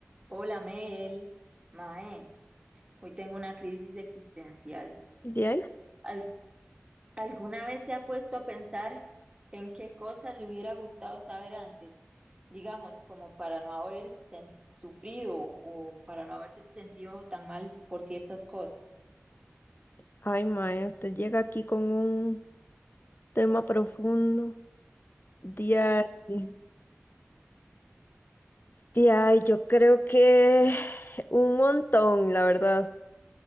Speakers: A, on the right; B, on the left.
A: Hola Mel, Mae, hoy tengo una crisis existencial.
B: De ahí,
A: ¿Al- ¿alguna vez se ha puesto a pensar en qué cosas le hubiera gustado saber antes? Digamos, como para no haber sen- sufrido o para no haberse sentido tan mal por ciertas cosas.
B: ay, maestra, llega aquí con un tema profundo. De ahí, de ahí, yo creo que un montón, la verdad.